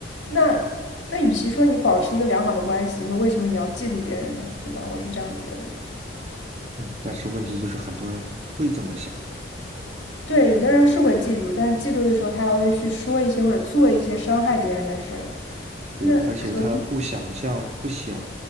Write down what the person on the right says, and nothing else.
嗯，但是问题就是很多人不会这么想，
对，
而且他不想象，不想，